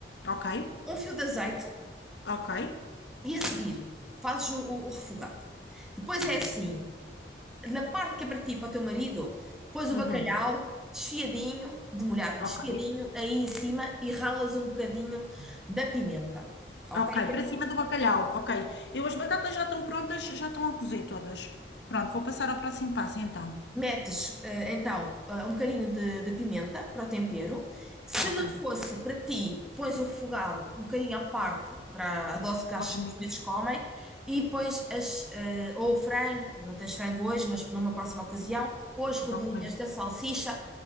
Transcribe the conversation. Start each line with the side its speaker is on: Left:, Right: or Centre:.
Left: Ok,
Centre: um fio de azeite
Left: ok.
Centre: e a seguir fazes o, o- o refogado. Depois
Left: Pronto.
Centre: é assim, na parte que é para ti, para o teu marido, pões o
Left: Uhum.
Centre: bacalhau desfiadinho, demolhado
Left: Ok,
Centre: e desfiadinho, aí em cima e ralas um bocadinho da pimenta, ok?
Left: ok. Para cima do bacalhau. Ok. Eu as batatas já estão prontas, já estão a cozer todas. Pronto, vou passar ao próximo passo então.
Centre: Metes, eh, então, eh, um bocadinho de, de pimenta para o tempero. Se
Left: Ok.
Centre: não fosse para ti, pões o refogado um bocadinho à parte para a dose que acho
Left: Para os
Centre: que
Left: miúdos.
Centre: os miúdos comem e pões as, eh, ou o frango, não tens frango hoje, mas numa próxima ocasião, ou as rodelinhas
Left: Ok.
Centre: da salsicha,